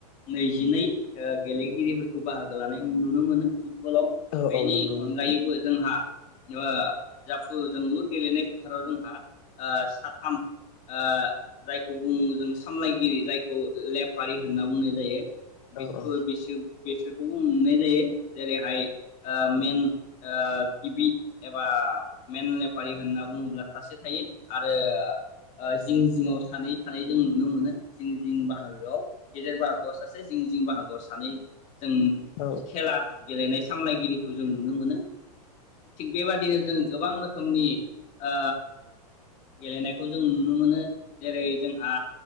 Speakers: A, on the left; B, on the left.
A: नैजिनै ओ गेलेगिरिफोरखौ बाहागो लानाय नुनो मोनो फुटबलाव
B: औ
A: बेनि
B: औ नंगौ
A: अनगायैबो
B: नोंथां
A: जोंहा ओ जाफु जोंलुर गेलेनाय फोथाराव जोंहा ओ साथाम ओ जायखौ जों सामलायगिरि जायखौ लेफारि होनना बुंनाय जायो बेखौ
B: औ औ
A: बि बेसोरखौबो नुनाय जायो जेरैहाय ओ मेन ओ गिबि एबा मेन लेफारि होनना बुङोब्ला सासे थायो आरो ओ जिं जिङआव सानै थानायानै जों नुनो मोनो जिं जिं बाहागोआव गेजेर बाहागोआव सासे जिं जिं बाहागोआव सानै जों
B: औ
A: खेला गेलेनाय सामलायगिरिखौ जों नुनो मोनो थिग बेबादिनो जों गोबां रोखोमनि ओ गेलेनायखौ जों नुनो मोनो जेरै जोंहा